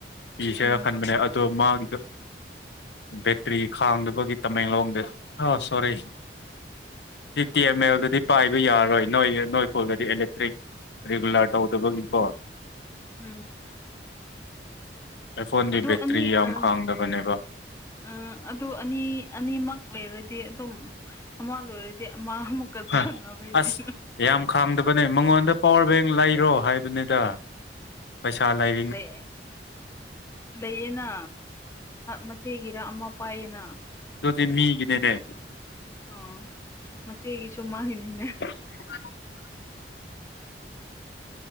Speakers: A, on the left (about 70°); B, on the left (about 15°).
A: ꯄꯁꯦꯔ
B: ꯎꯝ
A: ꯈꯟꯕꯅꯦ ꯑꯗꯣ ꯃꯥꯒꯤꯗꯣ ꯕꯦꯇ꯭ꯔꯤ ꯈꯥꯡꯗꯕꯒꯤ ꯇꯃꯦꯡꯂꯣꯡꯗ ꯑ ꯁꯣꯔꯤ ꯁꯤ ꯇꯤ ꯑꯦꯝ ꯑꯦꯜꯗꯗꯤ ꯄꯥꯏꯕ ꯌꯥꯔꯣꯏ ꯅꯣꯏ ꯅꯣꯏꯈꯣꯜꯗꯗꯤ ꯑꯦꯂꯦꯛꯇ꯭ꯔꯤꯛ ꯔꯤꯒꯨꯂꯔ ꯇꯧꯗꯕꯒꯤꯀꯣ
B: ꯎꯝ
A: ꯑꯥꯏꯐꯣꯟꯗꯤ
B: ꯑꯗꯨ
A: ꯕꯦꯇ꯭ꯔꯤ
B: ꯑꯅꯤ
A: ꯌꯥꯝ
B: ꯑ
A: ꯈꯥꯡꯗꯕꯅꯦꯕ
B: ꯑ ꯑꯗꯨꯣ ꯑꯅꯤ ꯑꯅꯤꯃꯛ ꯂꯩꯔꯗꯤ ꯑꯗꯨꯝ ꯑꯃ ꯂꯣꯏꯔꯗꯤ ꯃꯥꯃꯨꯀꯠꯁꯨꯅꯕꯩ
A: ꯑꯁ
B: ꯍꯥꯏ
A: ꯌꯥꯝ ꯈꯥꯡꯗꯕꯅꯦ ꯃꯉꯣꯟꯗ ꯄꯋꯥꯔ ꯕꯦꯡ ꯂꯩꯔꯣ ꯍꯥꯏꯕꯅꯤꯗ ꯄꯩꯁꯥ ꯂꯩ
B: ꯂꯩ ꯂꯩꯌꯦꯅ ꯃꯆꯦꯒꯤꯔ ꯑꯃ ꯄꯥꯏꯌꯦꯅ
A: ꯣꯗꯤ ꯃꯤꯒꯗꯦꯅꯦ
B: ꯑꯣ ꯃꯆꯦꯒꯤꯁꯨꯨꯝꯃꯥꯡꯒꯤꯅꯤꯅꯦ
A: ꯑ